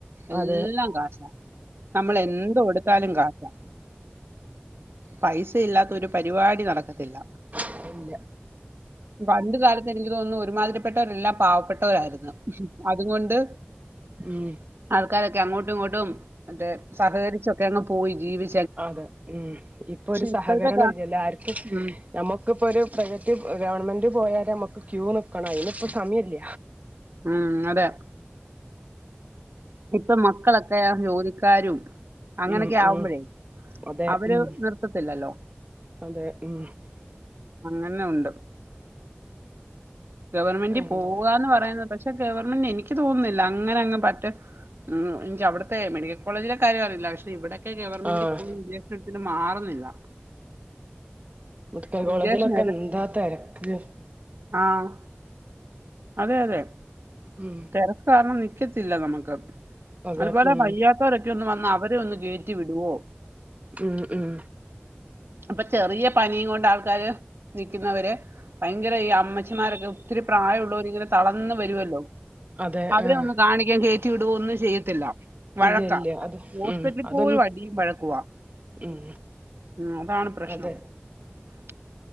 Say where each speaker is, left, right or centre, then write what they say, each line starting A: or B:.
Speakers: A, on the right (about 70°); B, on the right (about 40°).
A: എല്ലാം
B: അതെ
A: കാശാ നമ്മൾ എന്ത് കൊടുത്താലും കാശാ പൈസ ഇല്ലാത്ത ഒരു പരിപാടി നടക്കത്തില്ല
B: അത്ഇല്ല
A: പണ്ട് കാലത്ത് എനിക്ക് തോന്നുന്നു ഒരുമാതിരിപ്പെട്ടവരെല്ലാം പാവപ്പെട്ട ട്ടവരാര്ന്നു അത് കൊണ്ട്
B: ഉം
A: ആൾക്കാരൊക്കെ അങ്ങോട്ടും ഇങ്ങോട്ടും മറ്റേ സഹകരിച്ചൊക്കെ അങ്ങ് പോയി ജീവി
B: അതെ ഉം ഇപ്പൊ ഒരു സഹകരണം
A: ഇപ്പോഴത്തെ കാ
B: ഇല്ലല്ല ആർക്കും
A: ഉം
B: നമ്മുക്ക്പ്പൊ ഒരു പ്രൈവറ്റ് ഗവൺമെന്റ് പോയാല് നമ്മുക്ക് ക്യൂ നിക്കണം അയിനിപ്പൊ സമയില്ല
A: ഉം അതെ ഇപ്പൊ മക്കളൊക്കെ ജോലിക്കാരും അങ്ങനൊക്കെ
B: ഉം
A: ആവുമ്പഴെ
B: ഉം അതെ
A: അവര്
B: ഉം
A: നിർത്തത്തില്ലല്ലോ
B: അതെ ഉം
A: അങ്ങനെ ഉണ്ട് ഗവൺമെന്റി
B: എന്താ
A: പോവാന്ന് പറയുന്നത് പക്ഷെ ഗവൺമെന്റ് എനിക്ക് തോന്നുന്നില്ല അങ്ങനെ അങ്ങ് പറ്റെ ഉം എനിക്ക് അവിട്ത്തെ മെഡിക്കൽ കോളേജിലെ കാര്യം അറിയില്ല പക്ഷെ ഇവിടെ ഒക്കെ ഗവർൺമെന്റ്
B: ആഹ്
A: പോയി ഇൻജെക്ഷൻ എടുത്തിട്ട് മാറുന്നില്ല
B: മെഡിക്കൽ കോളേജിലൊക്കെ
A: ഇഞ്ചക്ഷൻ
B: എന്താ തെരക്ക്‌
A: ആഹ് അതെ അതെ
B: ഉം
A: തെരക്ക് കാരണം നിക്കത്തില്ല നമ്മ ക്ക്
B: അതെ
A: അതുപോലെ
B: ഉം
A: വയ്യാത്തോരൊ ക്കെഒന്ന് വന്ന അവരെ ഒന്ന് കേറ്റി വിടുവൊ
B: ഉം ഉം
A: അപ്പൊ ചെറിയ പനീം കൊണ്ട് ആൾക്കാര് നിക്കുന്നവര് ഭയങ്കര ഈ അമ്മച്ചിമാരൊക്കെ ഒത്തിരി പ്രായഉള്ളോര് ഇങ്ങനെ തളന്ന് വരുവല്ലോ
B: അതെ
A: അവരെ
B: ആഹ്
A: ഒന്ന് കാണിക്കാൻ കയറ്റി വിടൊ ഒന്നും ചെയ്യത്തില്ല വഴക്ക
B: ഇല്ല ഇല്ല അത്
A: ഹോസ്പിറ്റലിൽ
B: ഉം അതൊന്നും
A: പോലും അടിയും വഴക്കുവാ
B: ഉം
A: ഉം അതാണ്
B: അതെ
A: !!!!!!!!